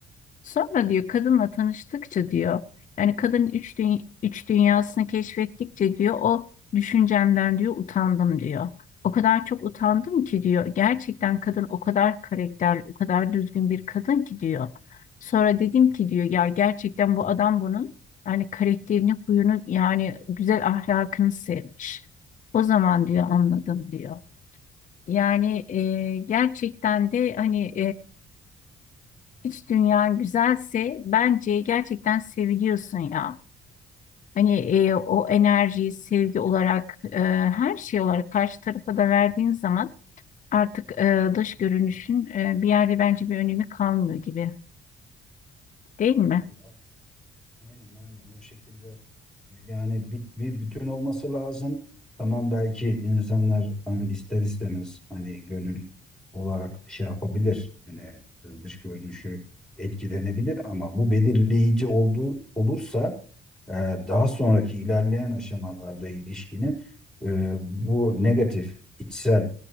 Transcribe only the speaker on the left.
Sonra diyor kadınla tanıştıkça diyor yani kadının üç, dü- üç dünyasını keşfettikçe diyor o düşüncemden diyor utandım diyor. O kadar çok utandım ki diyor gerçekten kadın o kadar karakterli o kadar düzgün bir kadın ki diyor. Sonra dedim ki diyor ya gerçekten bu adam bunun yani karakterini huyunu yani güzel ahlakını sevmiş. O zaman diyor anladım diyor. Yani e, gerçekten de hani İç dünyan güzelse bence gerçekten seviliyorsun ya. Hani e, o enerjiyi sevgi olarak e, her şey olarak karşı tarafa da verdiğin zaman artık e, dış görünüşün e, bir yerde bence bir önemi kalmıyor gibi değil mi?